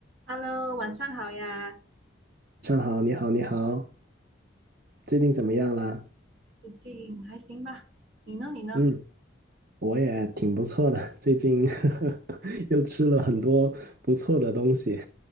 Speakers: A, on the right; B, on the right.
A: Hello，晚上好呀，
B: 上好，你好，你好，最近怎么样啦？
A: 最近还行吧？你呢？你呢？
B: 嗯，我也挺不错的，最近 <laughs> 又吃了很多不错的东西。